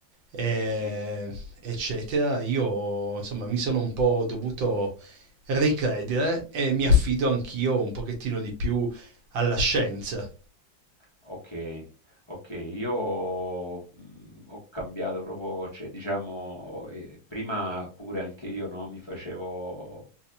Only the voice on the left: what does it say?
Sì.
Ok, ok, io mh, ho cambiato proprio, cioè diciamo, eh, prima pure anche io no, mi facevo